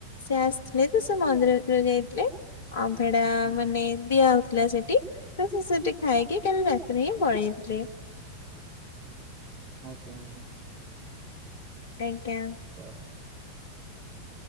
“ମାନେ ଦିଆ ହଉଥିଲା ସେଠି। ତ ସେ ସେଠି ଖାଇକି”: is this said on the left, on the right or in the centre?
Left